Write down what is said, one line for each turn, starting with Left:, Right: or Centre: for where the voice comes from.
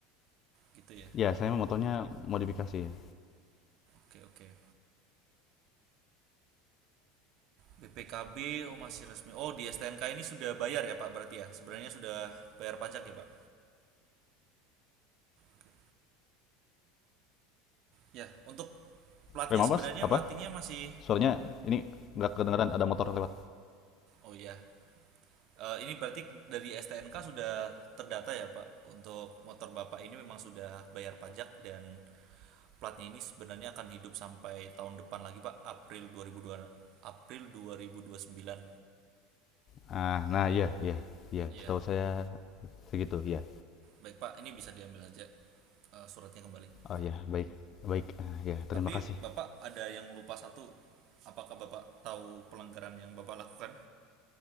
Right: gitu ya
Left: Ya, saya motornya modifikasi ya.
Right: oke oke BPKB oh masih resmi oh di STNK ini sudah bayar ya Pak berarti ya sebenarnya sudah bayar pajak ya Pak Oke. ya untuk platnya
Left: Eh, maaf,
Right: sebenarnya
Left: Mas, apa?
Right: matinya masih
Left: Suaranya ini nggak kedengeran ada motor lewat.
Right: oh ya Eh, ini berarti dari STNK sudah terdata ya Pak untuk motor Bapak ini memang sudah bayar pajak dan platnya ini sebenarnya akan hidup sampai tahun depan lagi Pak, April 2002 April 2029.
Left: Ah, nah iya, iya, iya.
Right: Iya.
Left: Setahu saya segitu, ya.
Right: Baik Pak, ini bisa diambil saja eh, suratnya kembali.
Left: Oh ya, baik, baik. Ah, ya, terima
Right: Tapi
Left: kasih.
Right: Bapak ada yang lupa satu. Apakah Bapak tahu pelanggaran yang Bapak lakukan